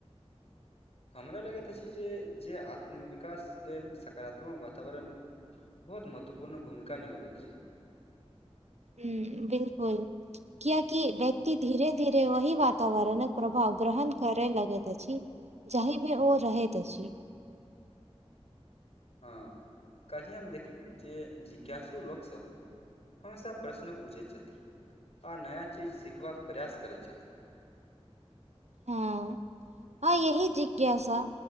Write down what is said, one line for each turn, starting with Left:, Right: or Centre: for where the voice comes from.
Left: हमरा लगैत अछि जे जे आत्म विकास लेलऽ सकारात्मक वातावरण बहुत महत्वपूर्ण भूमिका निभ पेत छै।
Right: ह बिल्कूल कियाकि व्यक्ति धीरे धीरे वहि वातावरणक प्रभाव ग्रहण करै लगैत अछि। जाहिमे ओ रहैत अछि।
Left: हँ कल्हि हम देखलहु जे जिज्ञासु लोक सभ हमेशा प्रश्न पूछैत छथि। आ नया चीज सिखबा कऽ प्रयास करैत छथि।
Right: ह आ यही जिज्ञासा